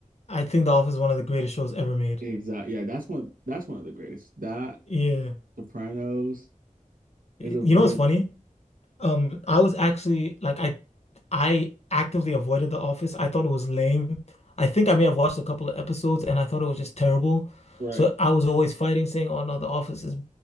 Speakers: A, on the left (about 50°); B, on the right (about 85°).
A: I think The Office is one of the greatest shows ever made.
B: Exactly. Yeah, that's one. That's one of the greatest. That
A: Yeah.
B: Sopranos is a
A: You
B: real
A: know what's funny? Um, I was actually like I I actively avoided The Office. I thought it was lame. I think I may have watched a couple of episodes and I thought it was just terrible.
B: right.
A: So I was always fighting, saying, "Oh no, The Office is